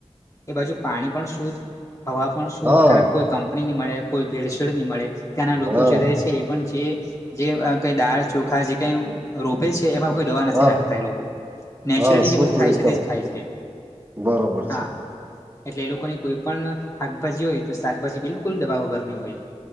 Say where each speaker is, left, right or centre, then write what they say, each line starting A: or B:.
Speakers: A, on the left (about 25°); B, on the right (about 20°).
A: એ બાજુ પાણી પણ શુદ્ધ હવા પણ શુદ્ધ
B: હા
A: કારણ કે કોઈ કંપની ન મળે કોઈ ભીડછેડ નહી મળે ત્યાંના લોકો
B: હા
A: જે રહે છે એ પણ જે જે કઈ દાળ ચોખા જે કઈ રોપે છે એમાં કોઇ દવા નથી
B: હા
A: લાગતા એ લોકો, નેચરલી
B: હા શુદ્ધ
A: જે થાય
B: એકદમ
A: છે એ જ ખાય છે.
B: બરોબર
A: હા
B: છે.
A: એટલે એ લોકોની કોઈ પણ શાકભાજી હોય તો શાકભાજી બિલકુલ દવા વગર ની હોય.